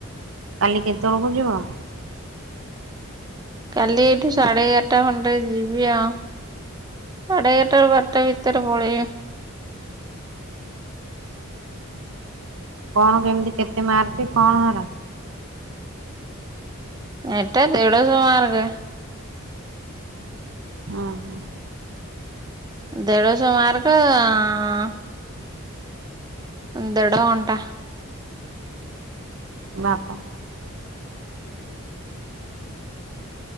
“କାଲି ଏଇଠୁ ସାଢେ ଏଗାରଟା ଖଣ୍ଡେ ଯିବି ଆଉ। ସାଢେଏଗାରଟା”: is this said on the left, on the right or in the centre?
Right